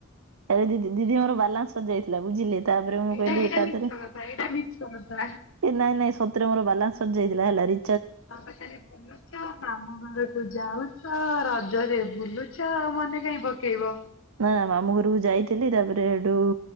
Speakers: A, on the right; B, on the left.
A: ଆରେ ଦିଦି ଦିଦି ମୋର ବାଲାନ୍ସ ସରିଯାଇଥିଲା ବୁଝିଲେ। ତାପରେ ମୁଁ
B: ଏଇଟା
A: କହିଲି
B: ଏଇଟା
A: ଏକାଥରେ
B: ମିଛ କଥା ଏଇଟା ମିଛ କଥା।
A: ଏ ନାଇଁ ନାଇଁ ସତରେ ମୋର ବାଲାନ୍ସ ସରିଯାଇଥିଲା ହେଲା ରି
B: ତମେ ପା ଖାଲି ବୁଲୁଛ, ମାମୁ ଘରକୁ ଯାାଉଛ ରଜରେ ବୁଲୁଛ ମନେ କାଇଁ ପକେଇବ?
A: ନା ନା ମାମୁ ଘରକୁ ଯାଇଥିଲି ତାପରେ ହେଠୁ